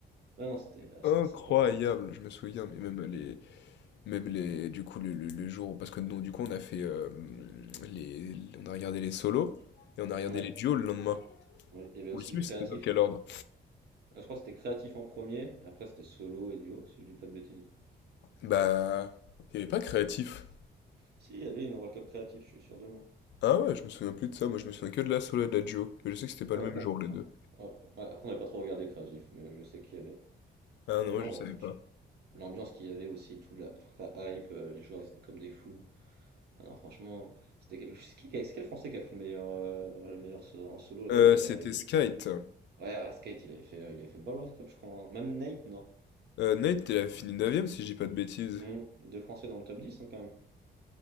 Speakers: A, on the right; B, on the left.
A: Ah non, c'était ah,
B: Incroyable,
A: c'était sympa. en jeu.
B: je me souviens, mais même les, même les, du coup, le, le- le jour, où- parce que non, du coup, on a fait, euh, les, on a regardé les solos et on a regardé
A: Ouais,
B: les duos le lendemain.
A: ouais, il y avait
B: Ou
A: aussi
B: je sais
A: le
B: plus
A: créatif.
B: si c'était dans quel ordre.
A: Ah, je crois que c'était créatif en premier, et après c'était solo et duo, si je dis pas de bêtises.
B: Bah, il n'y avait pas créatif.
A: Si, il y avait une World Cup créatif, je suis sûr de moi.
B: Ah ouais, je me souviens plus de ça, moi je me souviens que de la solo et de la duo, mais je sais que c'était pas
A: Oh,
B: le même
A: après,
B: jour les
A: on-
B: deux.
A: ouais, ouais, après, on n'a pas trop regardé créatif, mais je sais qu'il y avait.
B: Ah non,
A: Et
B: moi,
A: non,
B: je savais
A: euh, franchement,
B: pas.
A: l'ambiance qu'il y avait aussi, tout la, toute la hype, euh, les joueurs ils étaient comme des fous. Ah non, franchement, c'était quelque chose. C'est qui qui a- c'est quel Français qui a fait le meilleur, euh, le meilleur so- en solo là,
B: Euh,
A: qui a fait.
B: c'était
A: euh, il-
B: Skite.
A: Ouais, ouais, Skate, il avait fait, euh, il avait fait une balle World Cup, je crois. hein. Même Nate, non?
B: Euh, Nate, il a fini 9 si je dis pas de bêtises.
A: Hmm, Deux Français dans le top 10 hein, quand même.